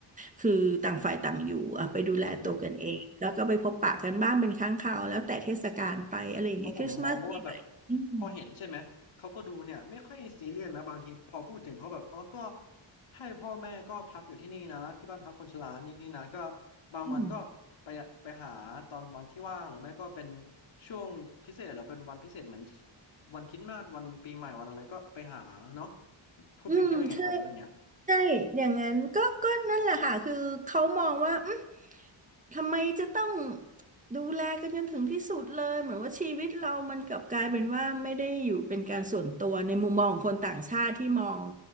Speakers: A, on the right; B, on the left.
A: คือต่างฝ่ายต่างอยู่อ่ะไปดูแลตัวกันเองแล้วก็ไปพบปะกันบ้างเป็นครั้งคราวแล้วแต่เทศกาลไปอะไรอย่างเงี้ยคริสต์มาสปีใหม่
B: ใช่ไหม เพราะผมมองก็ว่าแบบ
A: อืม
B: พอเห็นใช่ไหมเขาก็ดูเนี่ยไม่ค่อยซีเรียสนะบางทีพอพูดถึงเขาแบบอ๋อก็ให้พ่อแม่ก็พักอยู่ที่นี่นะที่บ้านพักคนชรานี่นี่นะก็บางวันก็ไปไปหาตอนวันที่ว่างหรือไม่ก็เป็น
A: อืม
B: ช่วงพิเศษหรือเป็นวันพิเศษเหมือนที่วันคริสต์มาสวันปีใหม่วันอะไรก็ไปหาเนาะคุณบิ๊กคิดว่ายังไงกับเรื่องเนี้ย
A: อืมใช่ ใช่อย่างนั้นก็ก็นั่นแหละค่ะคือเขามองว่าอืมทำไมจะต้องดูแลกันจนถึงที่สุดเลยเหมือนว่าชีวิตเรามันกลับกลายเป็นว่าไม่ได้อยู่เป็นการส่วนตัวในมุมมองของคนต่างชาติที่มอง